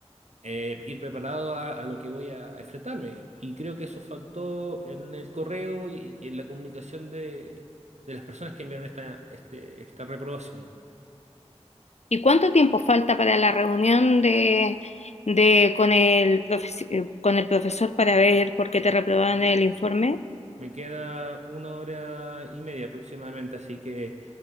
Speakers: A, on the right; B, on the left.
A: eh, ir preparado a, a lo que voy a, a enfrentarme. Y creo que eso faltó en el correo y, y en la comunicación de, de las personas que enviaron esta, este- esta reprobación.
B: ¿Y cuánto tiempo falta para la reunión de, de con el profe- eh, con el profesor para ver por qué te reprobaron el informe?
A: Me queda una hora y media aproximadamente, así que